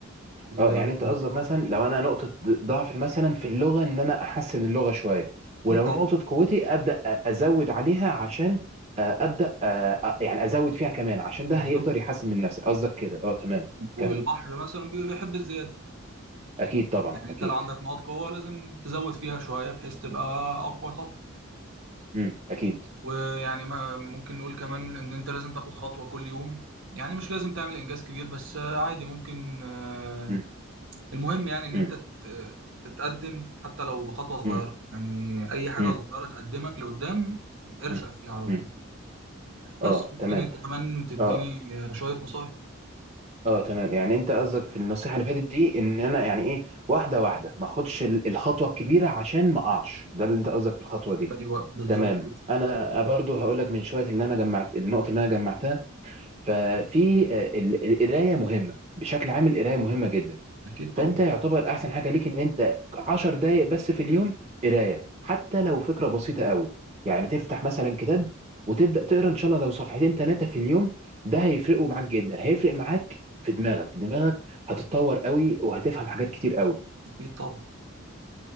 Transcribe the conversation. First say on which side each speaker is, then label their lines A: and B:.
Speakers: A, on the right; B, on the right.
A: واكيد
B: اه يعني انت قصدك مثلا لو انا نقطة ضعفي مثلا في اللغة ان انا احسن اللغة شوية ولو
A: طبعا
B: نقطة قوتي ابدا أ- ازود عليها عشان آه، ابدا آه، آه، يعني ازود فيها كمان عشان
A: بالظبط
B: ده هيقدر يحسن من نفسي قصدك كده اه تمام
A: والبحر
B: كمل
A: مثلا بي- بيحب الزيادة
B: اكيد طبعا
A: يعني
B: اكيد
A: انت لو عندك نقاط قوة لازم تزود فيها شوية بحيث تبقى أقوى طب
B: امم اكيد
A: ويعني ما ممكن نقول كمان إن انت لازم تاخد خطوة كل يوم يعني مش لازم تعمل إنجاز كبير بس عادي ممكن آه،
B: امم
A: المهم يعني إن
B: امم
A: انت تت- تتقدم حتى لو بخطوة صغيرة
B: امم
A: يعني أي حاجة
B: امم
A: صغيرة تقدمك لقدام ارشق
B: امم
A: فيها على
B: أمم.
A: طول بس
B: اه
A: ممكن
B: تمام
A: انت كمان تديني
B: اه
A: آه، شوية نصايح
B: اه تمام يعني انت قصدك في النصيحة اللي فاتت دي ان انا يعني ايه واحدة واحدة ما اخدش ال- الخطوة الكبيرة عشان ما اقعش ده اللي انت قصدك في الخطوة دي
A: أيوة بالظبط
B: تمام انا برضو هقول لك من شويه اللي انا جمعت النقط اللي انا جمعتها ففي آه، ال- القرايه مهمه بشكل عام القرايه مهمه جدا
A: أكيد طبعا
B: فانت يعتبر احسن حاجه ليك ان انت 10 دقائق بس في اليوم قرايه حتى لو فكره بسيطه قوي يعني تفتح مثلا كتاب وتبدا تقرا ان شاء الله لو صفحتين ثلاثه في اليوم ده هيفرقوا معاك جدا هيفرق معاك في دماغك دماغك هتتطور قوي وهتفهم حاجات كتير قوي
A: أكيد طبعا